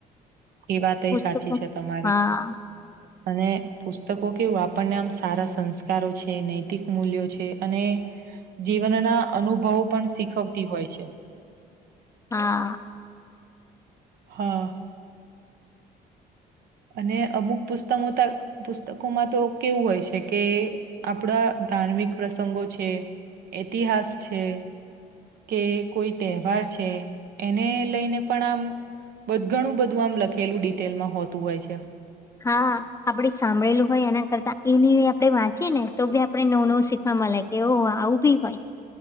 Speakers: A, on the right (about 65°); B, on the left (about 20°).
A: એ વાતય
B: પુસ્તકો
A: સાચી છે તમારી
B: હા
A: અને પુસ્તકો કેવું આપણને આમ સારા સંસ્કારો છે નૈતિક મૂલ્યો છે અને જીવનના અનુભવો પણ શીખવતી હોય છે.
B: હા
A: હા અને અમુક પુસ્તમોતક પુસ્તકોમાં તો કેવું હોય છે કે આપણા ધાર્મિક પ્રસંગો છે ઐતિહાસ છે. કે કોઈ તહેવાર છે એને લઈને પણ આમ બ ઘણું બધું આમ લખેલું ડિટેલમાં હોતું હોય છે.
B: હા આપડે સાંભળેલું હોય એના કરતા એને આપડે વાંચીએ ને તો ભી આપડે નવું નવું શીખવા મલે કેવું આવું ભી હોય